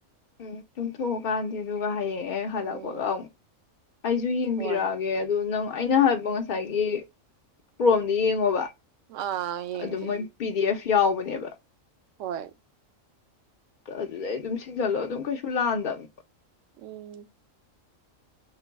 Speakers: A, on the left; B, on the right.
A: ꯎꯝ ꯇꯨꯝꯊꯣꯛꯑꯣ ꯀꯥꯟꯗꯦ ꯑꯗꯨ ꯑꯗꯨꯒ ꯍꯌꯦꯡ ꯑꯦ ꯍꯜꯂꯛꯄꯒ
B: ꯎꯝ
A: ꯑꯎꯝ ꯑꯩꯁꯨ ꯌꯦꯡꯕꯤꯔꯛꯑꯒꯦ
B: ꯍꯣꯏ
A: ꯑꯗꯨ ꯅꯪ ꯑꯩꯅ ꯍꯥꯏꯕ ꯉꯁꯥꯏꯒꯤ ꯀ꯭ꯔꯣꯝꯗ ꯌꯦꯡꯉꯣꯕ
B: ꯑꯥ ꯌꯦꯡꯒꯦ
A: ꯑꯗꯨ ꯃꯣꯏ ꯄꯤ ꯗꯤ ꯑꯦꯐ ꯌꯥꯎꯕꯅꯤ ꯅꯦꯕ
B: ꯍꯣꯏ
A: ꯑꯗꯨꯗꯩ ꯑꯗꯨꯝ ꯁꯤꯟꯖꯜꯂꯣ ꯑꯗꯨꯝ ꯀꯩꯁꯨ ꯂꯥꯟꯗꯝꯅꯦꯕ
B: ꯎꯝ